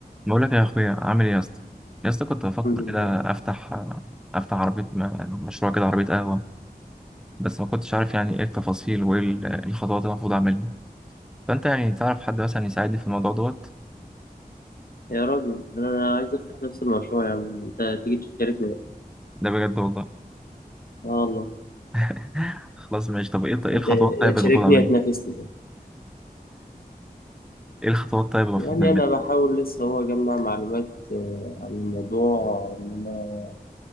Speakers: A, in the centre; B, on the left.
A: بقول لك يا اخويا عامل ايه يا اسطى يا اسطى كنت بفكر
B: الحمد لله
A: كده افتح افتح عربيه م- مشروع كده عربيه قهوه بس ما كنتش عارف يعني ايه التفاصيل وايه ال- الخطوات اللي المفروض اعملها فانت يعني تعرف حد مثلا يساعدني في الموضوع دوت
B: يا راجل ده انا عايز افتح نفس المشروع يا عم انت تيجي تشاركني بقى
A: ده بجد والله
B: اه والله
A: <laughs> خلاص ماشي طب ايه ايه
B: انت
A: الخطوات طيب
B: يا تشاركني
A: المفروض اعملها
B: يا تنافسني
A: ايه الخطوات طيب المفروض
B: يعني
A: نعملها
B: انا بحاول لسه هو اجمع معلومات آه، عن الموضوع ان انا